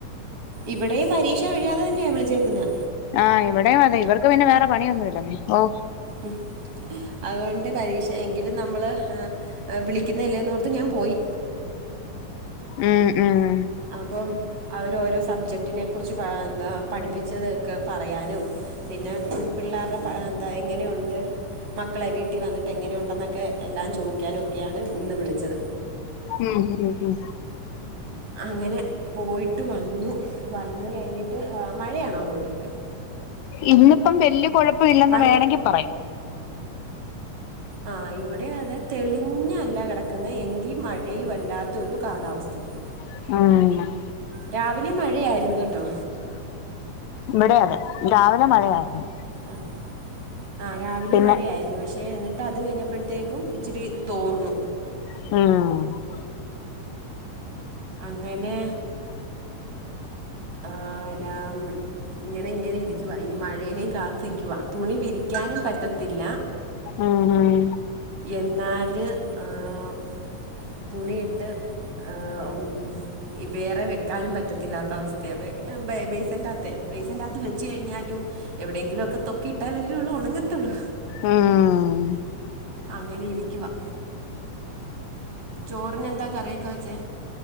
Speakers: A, on the right; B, on the left.
A: ഇവിടെയും പരീക്ഷ കഴിയാതെ തന്നെയാ വിളിച്ചേക്കുന്നേ.
B: ആഹ് ഇവിടെയും അതെ. ഇവർക്ക് പിന്നെ വേറെ പണിയൊന്നും ഇല്ലന്നേ. ഓഹ്
A: ഉം. അതുകൊണ്ട് പരീക്ഷ എങ്കിലും നമ്മള് ഏഹ് ഏഹ് വിളിക്കുന്നല്ലേന്നോർത്ത് ഞാൻ പോയി.
B: ഉം ഉം.
A: അപ്പം അവരോരോ സബ്ജക്റ്റിനെ കുറിച്ച് വാ എന്താ പഠിപ്പിച്ചതൊക്കെ പറയാനും പിന്നെ പിള്ളേര്ടെ പാ എന്താ എങ്ങനെയുണ്ട് മക്കളെ വീട്ടിവന്നിട്ട് എങ്ങനെയുണ്ടെന്നൊക്കെ എല്ലാം ചോദിക്കാനൊക്കെയാണ് ഇന്ന് വിളിച്ചത്.
B: ഉം ഉം ഉം.
A: അങ്ങനെ പോയിട്ട് വന്നു. വന്ന് കഴിഞ്ഞിട്ട് ആഹ് മഴയാണോ അങ്ങോട്ടൊക്കെ? <inaudible>
B: ഇന്നിപ്പം വല്ല്യ കൊഴപ്പില്ലെന്ന്
A: മഴ
B: വേണങ്കി പറയാം.
A: ആഹ് ഇവിടേം അതെ തെളിഞ്ഞല്ല കെടക്കുന്നേ. എങ്കി മഴയുവല്ലാത്തൊരു കാലാവസ്ഥയും. കെ
B: ആഹ്
A: രാവിലെ മഴയായിരുന്നു കെട്ടോ.
B: ഇവിടെയു അതെ. രാവിലെ മഴയായിരുന്നു.
A: അഹ്. ആഹ് രാവിലെ
B: പിന്നെ
A: മഴയായിരുന്നു. പക്ഷെ എന്നിട് ട്ടത് കഴിഞ്ഞപ്പഴത്തേക്കും ഇച്ചിരി തോർന്നു.
B: ഉം
A: അങ്ങനെ ഈഹ് നാം ഇങ്ങനെ ഇങ്ങനെ ഇരിക്കുവാ. ഇനി മഴേനെയും കാത്തിരിക്കുവാ. തുണി വിരിക്കാനും പറ്റത്തില്ല.
B: ഊഹും
A: എന്നാല് ഈഹ് തുണിയിട്ട് ഈഹ് ഉം വേറെ വെക്കാനും പറ്റത്തില്ലാത്ത അവസ്ഥയാ, ബേസന്റാത്തെ. ബേസന്റാത്ത് വെച്ച് കഴിഞ്ഞാലും എവിടെയെങ്കിലും ഒക്കെ തൊക്കിയിട്ടാലല്ലേ ഉള്ളൂ ഒണങ്ങത്തുള്ളൂ.
B: ഉം
A: അങ്ങനെ ഇരിക്കുവാ. ചോറിന് എന്താ കറിയൊക്കെ വെച്ചേ?